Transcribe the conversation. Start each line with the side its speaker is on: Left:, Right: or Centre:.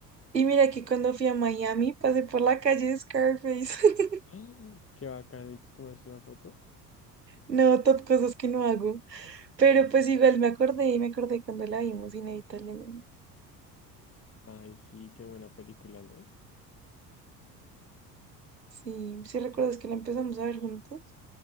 Right: Y mira que cuando fui a Miami pasé por la calle de Scarface. <laughs>
Left: <gasps> ¡Ah! Qué bacán. ¿y ¿Te tomaste una foto?
Right: No, top cosas que no hago. Pero pues igual me acordé y me acordé cuando la vimos, inevitablemente.
Left: Ay, sí, qué buena película, ¿no?
Right: Sí, ¿sí recuerdas que la empezamos a ver juntos?